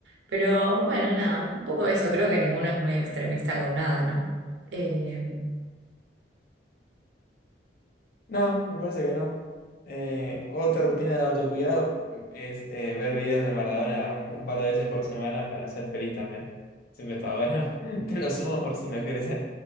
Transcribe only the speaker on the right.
Pero bueno, nada, un poco eso, creo que ninguno es muy extremista con nada, ¿no? Em,